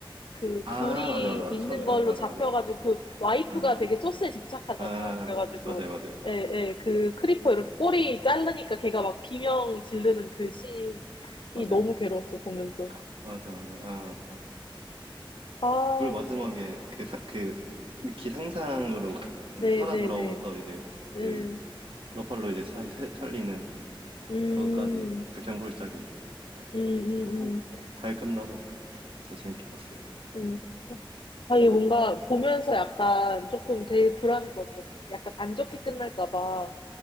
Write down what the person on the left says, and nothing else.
그
둘이
있는
걸로
잡혀가지고
그 와이프가
되게 소스에 집착하잖아요.
그래가지고
예, 예, 그 크리퍼 이렇게 꼬리 자르니까 걔가 막 비명 지르는 그 씬이
너무
괴로웠어 보면서.
아,
네,
네,
네.
음,
음,
음, 음,
음. 음. 아, 이게 뭔가 보면서 약간 조금 되게 불안했거든요. 약간 안 좋게 끝날까 봐.